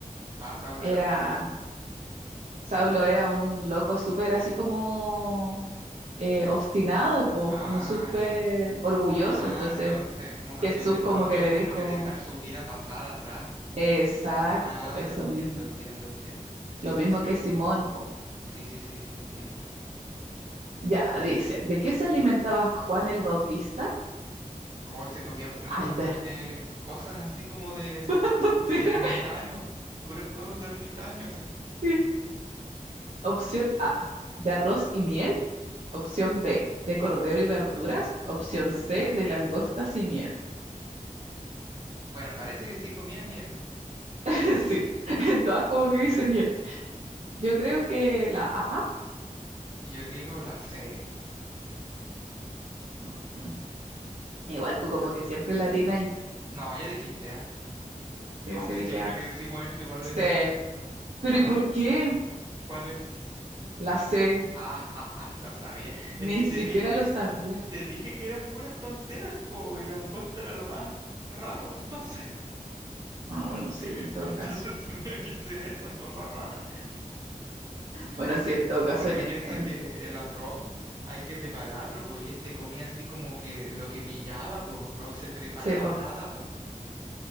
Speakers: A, on the right; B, on the right.
A: Ah, Saulo
B: era,
A: era otra cosa.
B: Saulo era un loco súper así como eh, obstinado, pues,
A: Ah,
B: como súper
A: ya.
B: orgulloso.
A: Ah,
B: Entonces,
A: entonces es como cambiarle
B: Jesús
A: el
B: como
A: nombre,
B: que le
A: es como
B: dijo,
A: que dejar su vida pasada atrás.
B: exacto,
A: Ah,
B: eso
A: entiendo,
B: mismo.
A: entiendo, entiendo. Sí,
B: Lo
A: sí,
B: mismo
A: sí.
B: que Simón, pues,
A: Sí, sí, sí, sí, entiendo.
B: Ya, dice, ¿de qué se alimentaba Juan el Bautista?
A: Oh, se comía puras
B: Ah,
A: ton-
B: esta
A: eh, cosas así como de,
B: <laughs> tontera.
A: de ermitaño, puras cosas de ermitaño, así.
B: Sí. Opción A, de arroz y miel. Opción B, de cordero y verduras. Opción C, de langostas y miel.
A: Bueno, parece que sí comía miel.
B: <laughs> Sí, <laughs> en todas como que dice miel. Yo creo que la A,
A: Y yo digo la C.
B: mm, igual tú como que siempre la tienes ahí.
A: No, ya dijiste, ¿ah?
B: Sí,
A: Aunque
B: sí, dije
A: siempre
B: A.
A: que decimos esto, igual
B: C,
A: es la... Ya,
B: pero ¿y por
A: a ver,
B: qué?
A: ¿cuál es?
B: La C,
A: Ah, <laughs> jaja, lo sabía.
B: ni
A: Es que te
B: siquiera
A: dije,
B: lo sabías.
A: te dije que eran puras tonteras, po, y langosta era lo más raro, entonces,
B: Ah, bueno, sí,
A: <laughs>
B: en todo
A: entonces
B: caso.
A: tenía que ser esa cosa rara.
B: Bueno,
A: Porque,
B: sí, en todo caso,
A: porque
B: en,
A: piensa
B: en...
A: que el arroz hay que prepararlo, pues, y este comía así como que lo que pillaba, pues, no se preparaba
B: sepo,
A: nada, pues.